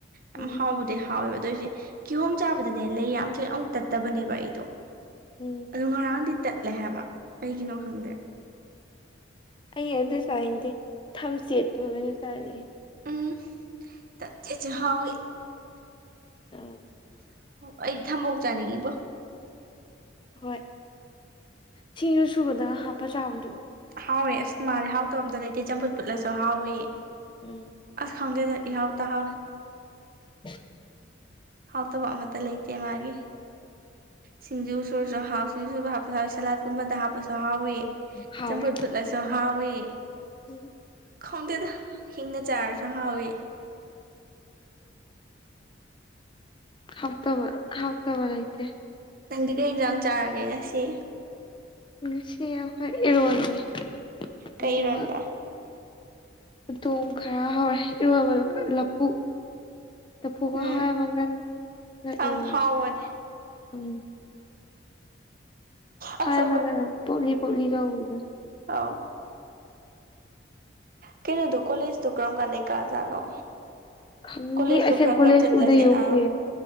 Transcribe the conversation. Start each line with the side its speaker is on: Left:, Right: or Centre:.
Right: ꯌꯥꯝ
Left: ꯎꯝ
Right: ꯍꯥꯎꯕꯗꯤ ꯍꯥꯎꯋꯦꯕ ꯑꯗꯨꯗ ꯑꯣꯏꯏꯁꯦ ꯀꯤꯍꯣꯝ ꯆꯥꯕꯗꯅꯦ ꯂꯩ ꯌꯥꯝ ꯊꯣꯏꯅ ꯑꯃꯨꯛ ꯇꯠꯇꯕꯅꯦꯕ ꯑꯩꯗꯣ
Left: ꯎꯝ
Right: ꯑꯗꯨ ꯉꯔꯥꯡꯗꯤ ꯇꯠꯂꯦ ꯍꯥꯏꯕ ꯀꯩꯒꯤꯅꯣ ꯈꯪꯗꯦ
Left: ꯑꯩ ꯑꯗꯨꯗ ꯆꯥꯅꯤꯡꯗꯦ ꯊꯝꯆꯦꯠꯇꯨ ꯑꯣꯏꯅ ꯆꯥꯅꯤꯡꯉꯦ
Right: ꯎꯝ ꯆꯦ ꯆ ꯍꯥꯎ
Left: ꯎꯝ
Right: ꯑꯩꯗꯤ ꯊꯝꯕꯣꯛ ꯆꯥꯅꯤꯡꯉꯤꯕꯣ
Left: ꯍꯣꯏ ꯁꯤꯡꯁꯨ ꯁꯨꯕꯗꯒ ꯍꯥꯞꯄ ꯆꯥꯕꯅꯦ
Right: ꯍꯥꯎꯋꯦ ꯑꯁ ꯃꯥꯜꯂꯦ ꯍꯥꯎꯇꯕ ꯑꯝꯇ ꯂꯩꯇꯦ ꯆꯝꯐꯨꯠ ꯐꯠꯂꯁꯨ ꯍꯥꯎꯋꯤ
Left: ꯎꯝ
Right: ꯑꯁ ꯈꯥꯦ ꯇ ꯏꯍ ꯍꯧ ꯇ ꯍꯥ
Left: <inaudible>
Right: ꯍꯥꯎꯇꯕ ꯑꯃꯠꯇ ꯂꯩꯇꯦ ꯃꯥꯒꯤ ꯁꯤꯡꯖꯨ ꯁꯨꯔ ꯆꯍꯥꯎ ꯁꯤꯡꯖꯨ ꯁꯨꯔ ꯍꯥꯞꯄ ꯁꯂꯥꯗꯀꯨꯝꯕꯗ ꯍꯥꯞꯄ ꯁꯨ ꯍꯥꯎꯏ
Left: ꯍꯥꯎꯋꯦ
Right: ꯆꯝꯐꯨꯠ ꯐꯨꯠꯂꯁꯨ ꯍꯥꯎꯋ
Left: ꯎꯝ
Right: ꯈꯪꯗꯦꯗ ꯍꯤꯡꯅ ꯆꯥꯔꯁꯨ ꯍꯥꯎꯏꯤ
Left: ꯍꯥꯎꯕ ꯍꯥꯎ ꯇꯕꯔ ꯏꯦ
Right: ꯅꯪꯗꯤ ꯀꯩ ꯌꯦꯟꯖꯥꯡ ꯆꯥꯔꯒꯦ ꯉꯁꯤ
Left: ꯉꯁꯤ ꯑꯩꯈꯣꯏ ꯏꯔꯣꯃꯤ
Right: ꯀꯩ
Left: ꯑꯗꯨꯒ
Right: ꯏꯔꯣꯟꯕ
Left: ꯑꯗꯨꯣꯡ ꯈꯔ ꯍꯧꯔꯦ ꯏꯔꯣꯏꯕ
Right: ꯑꯣ
Left: ꯂꯐꯨ ꯇꯐꯨꯒ
Right: ꯎꯝ
Left: ꯍꯥꯏꯋꯥ ꯃꯒꯜ ꯆꯠ
Right: ꯑꯪ
Left: ꯏꯔꯣꯅꯦꯦ
Right: ꯍꯥꯎꯕꯅꯦ
Left: ꯎꯝ
Right: ꯑꯁ
Left: ꯍ ꯃꯂ ꯄꯣꯂꯤ ꯄꯣꯂꯤꯒꯎꯗ
Right: ꯑꯥꯎ ꯀꯩꯅꯣ ꯗꯗꯨꯀꯂꯤ ꯏꯁ ꯇꯨꯀ꯭ꯔꯝ ꯀꯥꯟ ꯀꯥꯖꯅꯣ
Left: ꯈꯪꯗꯦ
Right: ꯀꯣꯂꯖꯁꯨ
Left: ꯑꯁꯦꯡ
Right: ꯈꯔ
Left: ꯀꯣꯂꯦꯖ
Right: ꯈꯔ ꯆꯠꯂꯁꯦ
Left: ꯎꯗ ꯌꯣꯡ
Right: ꯑꯥ
Left: ꯀꯨꯏꯔꯦ